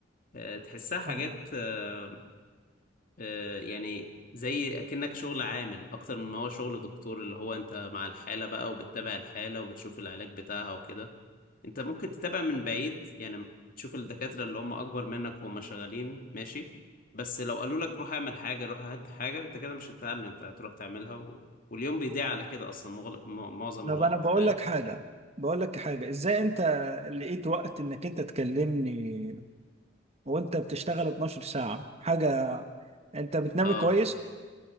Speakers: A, on the left; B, on the right.
A: آه، تحسها حاجات
B: فاهمك.
A: آه، آه، يعني زي اكنك شغل عامل اكتر من ما هو شغل دكتور اللي هو انت مع الحالة بقى وبتتابع الحالة وبتشوف العلاج بتاعها وكده انت ممكن تتابع من بعيد يعني تشوف الدكاترة اللي هم اكبر منك وهم شغالين ماشي بس لو قالوا لك روح اعمل حاجة روح هد حاجة انت كده مش هتتعلم انت هتروح تعملها و... واليوم بيضيع على كده اصلا مغل... م- معظم الوقت
B: طب انا بقول
A: فاهم
B: لك حاجه بقول لك حاجه ازاي انت لقيت وقت انك انت تكلمني وانت بتشتغل 12 ساعه حاجه انت بتنام
A: اه
B: كويس